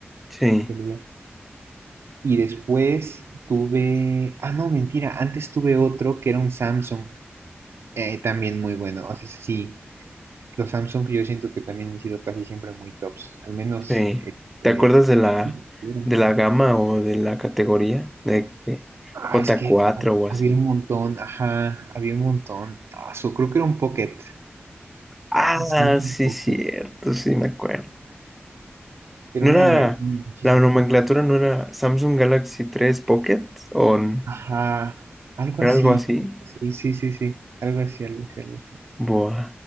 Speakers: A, in the centre; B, on the right.
A: Sí.
B: el celular. Y después tuve, ah, no, mentira, antes tuve otro que era un Samsung, eh, también muy bueno. O sea, sí, los Samsung yo siento que también han sido casi siempre muy tops, al menos,
A: Sí.
B: este,
A: ¿Te acuerdas de la,
B: eran?
A: de la gama o de la categoría? De que
B: Ah,
A: j
B: es que
A: cuatro
B: ha-
A: o así.
B: había un montón, ajá, había un montón. Ah, su- creo que era un Pocket.
A: Ah,
B: Un Samsung
A: sí,
B: Pocket.
A: cierto, sí, me acuerdo.
B: Pero
A: ¿No
B: no,
A: era,
B: hombre, tiene muchísimo.
A: la nomenclatura no era Samsung Galaxy 3 Pocket o n-
B: Ajá, algo
A: era
B: así.
A: algo así?
B: Sí, sí, sí, sí. Algo así, algo así, algo así.
A: Buah.